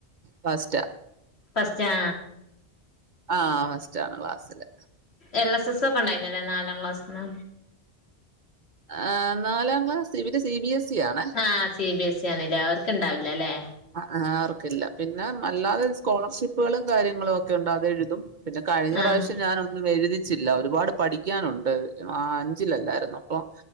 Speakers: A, on the right; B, on the left.
A: ഫസ്റ്റാ.
B: പസ്റ്റാ
A: ആഹ് ഫസ്റ്റാണ് ളാസ്സില്
B: എല്ല സ്സ സ്സൊക്കെ ണ്ടായീനല്ലേ നാലാം ക്ലാസ്സ്ന്ന്?
A: ആഹ് നാലാം ക്ലാസ് ഇവര് സി ബി എസ് ഇ ആണേ
B: ആഹ് സി ബി എസ്സി ആണ്ലേ അവർക്ക് ണ്ടാവില്ല ലേ?
A: അ ആഹ് അവർക്കില്ല പിന്നെ മല്ലാതെ സ് കോളർഷിപ്പുകളും കാര്യങ്ങളും ഒക്കെ ഉണ്ട് അതെഴുതും. പിന്നെ കഴിഞ്ഞ
B: ആഹ്
A: റാശ്യം ഞാനൊന്നു വെ ഴുതി ച്ചില്ല ഒരുപാട് പഠിക്കാനുണ്ട് ആ അഞ്ചിലെല്ലാര് അപ്പം